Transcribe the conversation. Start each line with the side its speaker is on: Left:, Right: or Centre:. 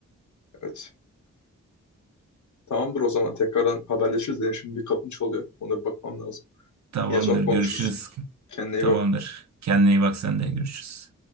Left: Evet. Tamamdır o zaman tekrardan haberleşiriz. Benim şimdi bir kapım çalıyor. Ona bir bakmam lazım.
Right: Tamamdır,
Left: Yine sonra konuşuruz.
Right: görüşürüz.
Left: Kendine iyi
Right: Tamamdır.
Left: bak.
Right: Kendine iyi bak sen de görüşürüz.